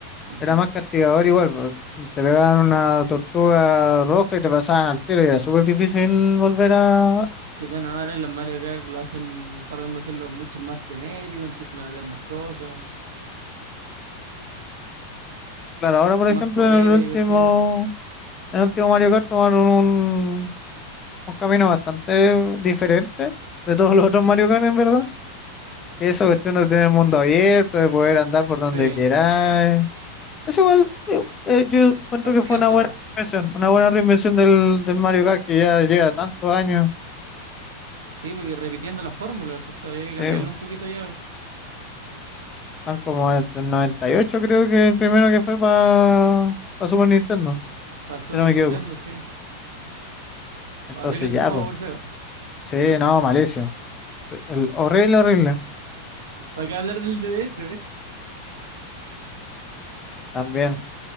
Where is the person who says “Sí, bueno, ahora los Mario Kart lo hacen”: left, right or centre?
Right